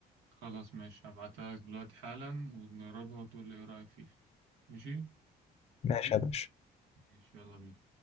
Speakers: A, on the right (about 85°); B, on the left (about 40°).
A: خلاص ماشي هبعتها لك دلوقتي حالا ونجربها وتقول لي إيه رأيك فيها ماشي؟
B: ماشي يا باشا
A: ماشي يلا بينا